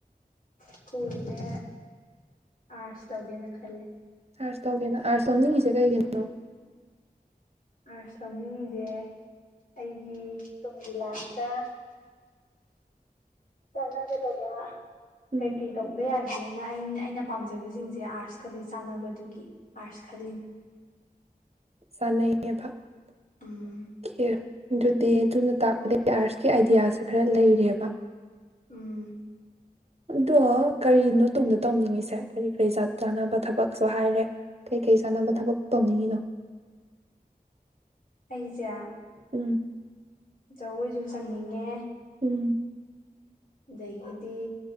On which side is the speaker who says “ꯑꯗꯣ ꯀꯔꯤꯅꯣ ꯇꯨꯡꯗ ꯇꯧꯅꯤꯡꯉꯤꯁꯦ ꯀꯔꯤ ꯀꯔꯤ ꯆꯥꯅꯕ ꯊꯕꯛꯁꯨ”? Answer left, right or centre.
Right